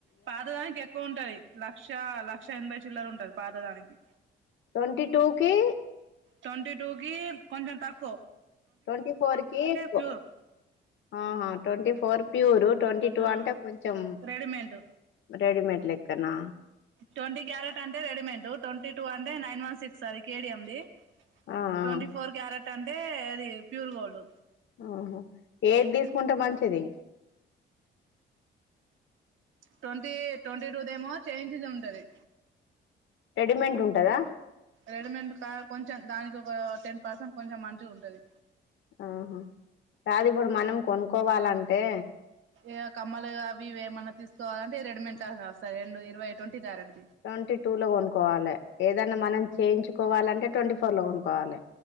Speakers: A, on the right; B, on the left.
A: పాతదానికి ఎక్కువ ఉంటది లక్ష లక్ష ఎనభై చిల్లర ఉంటది పాతదానికి
B: ట్వంటీ టూ కి
A: తొంటి టుకి కొంచెం తకు
B: ట్వ ఫోర్ కి ఎక్కువ
A: ప్యూర్
B: అ హ తొంటి ఫర్ కి ట్వంటీ టూ
A: ఆ
B: అంటే కొంచెం
A: రెడీమేడ్
B: రెడీమేడ్ లెక్కనా
A: ట్వంటీ క్యారెట్ అంటే రెడీమేట్ ట్వంటీ టూ అంటే నైన్ వన్ సిక్స్ అది కేడిఎం ది
B: ఆ ఆ,
A: ట్వంటీ ఫోర్ క్యారెట్ అంటే అది ప్యూర్ గోల్డ్
B: ఆహో ఏది తీసుకుంటే మంచిది
A: ట్వంటీ ట్వంటీ టూదేమో చేయించిది ఉంటది
B: రెడీమేండ్ ఉంటదా
A: రెడీమేడ్ కా కొంచెం దానికి ఒక టెన్ పర్సెంట్ కొంచెం మంచిది ఉంటది
B: ఆహా కాదు ఇప్పుడు మనం కొనుక్కోవాలంటే
A: ఇ కమ్మలు అ ఇవి ఏమన్నా తీసుకోవాలంటే రెడిమెంట్ ఆ సా రెండు ఇరవై ట్వంటీ క
B: ట్వంటీ టూ లో కొనుక్కోవాలి ఏదైన్నా మనం చేయించుకోవాలంటే ట్వంటీ ఫోర్ లో కొనుక్కవాలి